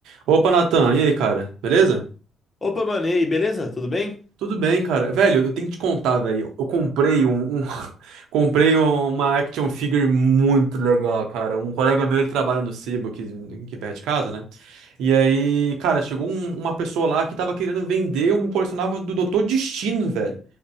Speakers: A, on the right; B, on the left.
A: Opa, Natan, e aí, cara? Beleza?
B: Opa, mano, e aí, beleza? Tudo bem?
A: Tudo bem, cara. Velho, eu tenho que te contar, velho. Eu comprei um, um- <laughs> comprei uma action figure muito legal, cara. Um colega meu, ele trabalha no Sebo, que, que perto de casa, né? E aí, cara, chegou um- uma pessoa lá que tava querendo vender um colecionável do Doutor Destino, velho.